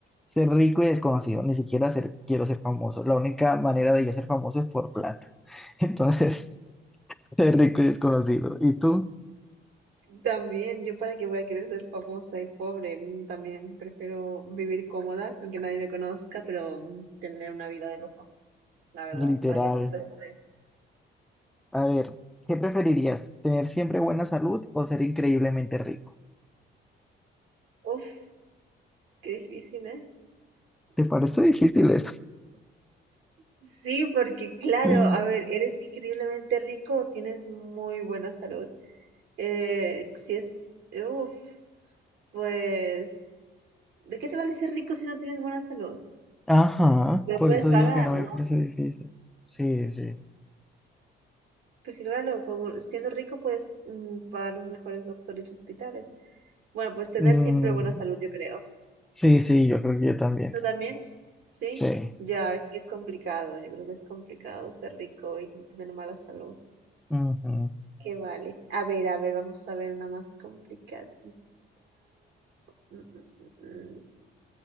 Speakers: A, in the centre; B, on the right (about 80°).
A: Ser rico y desconocido, ni siquiera ser, quiero ser famoso. La única manera de yo ser famoso es por plata. <laughs> Entonces, ser rico y desconocido. ¿Y tú?
B: También, yo para qué voy a querer ser famosa y pobre, mm, también prefiero vivir cómoda sin que nadie me conozca, pero mm, tener una vida de lujo, la verdad,
A: Literal.
B: para qué tanto estrés.
A: A ver, ¿qué preferirías? ¿Tener siempre buena salud o ser increíblemente rico?
B: Uf, qué difícil, ¿eh?
A: ¿Te parece difícil eso? <laughs>
B: Sí, porque claro,
A: Mm.
B: a ver, eres increíblemente rico o tienes muy buena salud. Eh, si es, uf, pues, ¿de qué te vale ser rico si no tienes buena salud?
A: Ajá,
B: Te Lo
A: por
B: puedes
A: eso
B: pagar,
A: digo que no
B: ¿no?
A: me parece difícil. Sí, sí.
B: Pues sí, claro, como siendo rico puedes mm, pagar los mejores doctores y hospitales. Bueno, pues tener
A: Mm,
B: siempre buena salud, yo creo.
A: sí, sí, yo creo que yo también.
B: ¿Tú también? Sí,
A: Sí.
B: ya, es que es complicado, yo creo que es complicado ser rico y tener mala salud.
A: Ujú.
B: Que vale. A ver, a ver, vamos a ver una más complicadita. Mm, mm, mm, mm.